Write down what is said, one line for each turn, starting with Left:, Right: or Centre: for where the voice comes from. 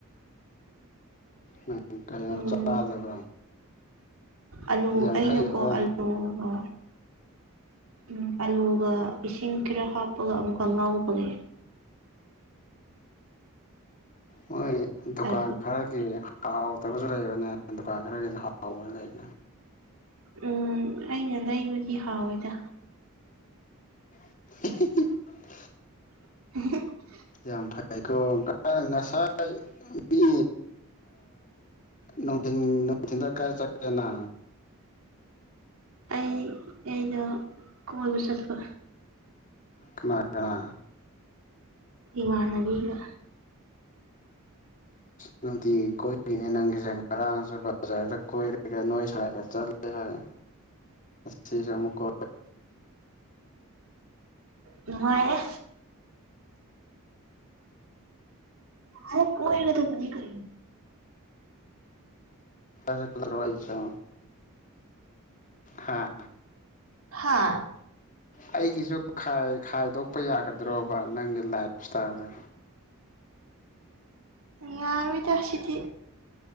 Left: ꯎꯝ ꯀꯩꯅꯣ
Right: ꯎꯝ
Left: ꯆꯥꯗꯕ꯭ꯔꯥ
Right: ꯑꯂꯨ
Left: ꯌꯥꯡꯈꯩ
Right: ꯑꯩꯅꯀꯣ
Left: ꯈꯛꯇ
Right: ꯑꯂꯨꯒ ꯎꯝ ꯑꯂꯨꯒ ꯏꯁꯤꯡ ꯈꯔ ꯍꯥꯞꯄꯒ ꯑꯃꯨꯛꯀ ꯉꯥꯎꯕꯒꯤ
Left: ꯃꯣꯏ ꯗꯨꯀꯥꯟ
Right: ꯑꯗꯨ
Left: ꯈꯔꯒꯤ ꯍꯥꯎꯗꯕꯁꯨ ꯂꯩꯕꯅꯦ ꯗꯨꯀꯥꯟ ꯈꯔꯒꯤꯁꯨ ꯍꯥꯎꯕ ꯂꯩꯕꯅꯦ
Right: ꯎꯝ ꯑꯩꯅ ꯂꯩꯕꯒꯤ ꯍꯥꯎꯋꯤꯗ
Left: <unintelligible>
Right: <unintelligible>
Left: ꯌꯥ ꯑꯃꯐꯩ ꯑꯩꯀꯣ ꯀ ꯉꯁꯥꯏ ꯃꯤ ꯅꯣꯡꯊ ꯅꯅꯨꯡ ꯊꯤꯟꯗ ꯑꯦꯀꯥ ꯆꯀꯟꯅ
Right: ꯑꯩ ꯑꯩꯗ ꯀꯨꯝꯃꯩꯕꯨꯁꯗꯄ
Left: ꯀꯂꯥ
Right: ꯏ ꯋꯥ ꯅꯕꯤꯒ
Left: ꯎꯝ ꯅꯨꯡꯇꯤ ꯀꯣꯏꯗꯣꯏꯅꯦ ꯅꯪꯒꯤꯁꯦ ꯉꯔꯥꯡꯁꯨ ꯕꯖꯥꯔꯗ ꯀꯣꯏꯔꯒ ꯅꯣꯏ ꯁꯔꯒ ꯆꯠꯂꯦ ꯍꯥꯏ ꯁꯤꯁ ꯑꯃꯨꯀꯦ
Right: ꯅꯉꯥꯏꯦ ꯑꯗ ꯀꯣꯏ ꯅꯠꯇ ꯃꯅꯤ ꯀ
Left: ꯀꯁ ꯍꯥ
Right: ꯍꯥꯥ
Left: ꯑꯩꯒꯤꯁꯨ ꯈꯥꯏꯗꯣꯛꯄ ꯌꯥꯒꯗ꯭ꯔꯣꯕ ꯅꯪ ꯂꯁꯇꯥꯗꯦ
Right: ꯌꯥꯔꯨ ꯑꯣꯏꯇꯁꯤꯗꯤ